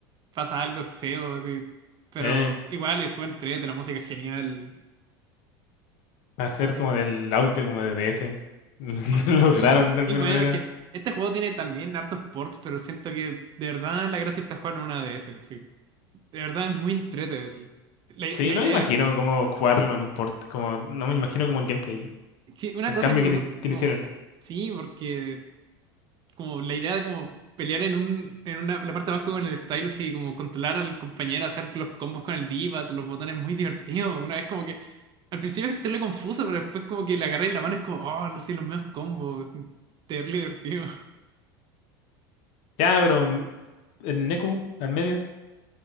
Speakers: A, on the right; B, on the left.
A: pasa algo feo, así. Pero
B: Eh,
A: igual es buen de la música es genial.
B: va a ser
A: Ay,
B: como del audio, como de DS. <laughs>
A: apa- sí,
B: Lograron de alguna
A: y bueno,
B: manera.
A: es que este juego tiene también hartos ports, pero siento que de verdad la gracia está jugar en una de esas, sí. De verdad es muy entrete el- la,
B: Sí,
A: la
B: no
A: idea.
B: me imagino cómo jugarlo en un port, como, no me imagino como el gameplay,
A: Que una
B: el
A: cosa
B: cambio
A: que
B: que
A: me
B: le,
A: gusta,
B: que le
A: como,
B: hicieron.
A: sí, porque como la idea de como pelear en un, en una, la parte de abajo con el Stylus y como controlar al compañero, hacer los combos con el D-pad, los botones muy <laughs> divertidos. Una vez como que al principio es terrible confuso, pero después como que le agarré la mano y es como, oh, sí, los medios combos. Terrible divertido.
B: Ya, pero mm, el Neku al medio.